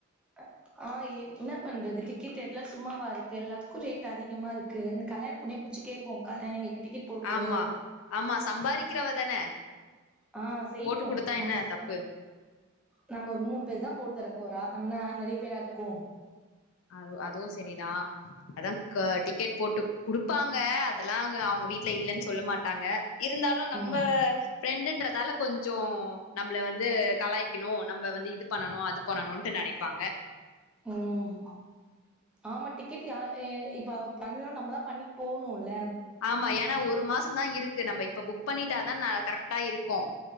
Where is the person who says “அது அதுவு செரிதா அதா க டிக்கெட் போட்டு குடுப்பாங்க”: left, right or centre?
Left